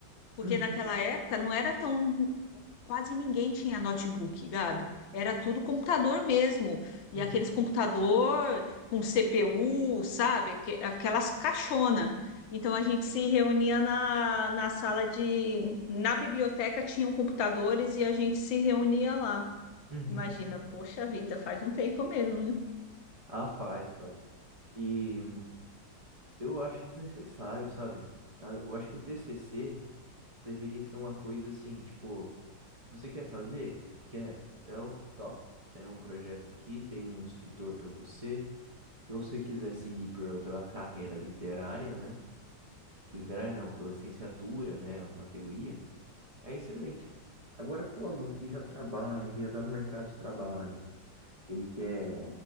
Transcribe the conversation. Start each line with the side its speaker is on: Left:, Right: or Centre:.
Left: porque
Right: Uhum,
Left: naquela época não era tão. Quase ninguém tinha notebook, Gabi. Era tudo computador mesmo. E
Right: uhum,
Left: aqueles computador com CPU, sabe? Aque- Aquelas caixona. Então a gente se reunia na, na sala de. Na biblioteca tinham computadores e a gente se reunia lá.
Right: uhum.
Left: Imagina, poxa vida, faz um tempo mesmo, né?
Right: Ah, faz, faz. E Eu acho desnecessário, sabe? A- Eu acho que o TCC deveria ser uma coisa assim, tipo, você quer fazer? Quero. Então, top. Tem um projeto aqui, tem um instrutor para você. Se você quiser seguir por- pela carreira literária, né? Literária não, pela licenciatura, né, na teoria, é excelente. Agora, pro aluno que já trabalha, que já tá no mercado de trabalho, ele quer,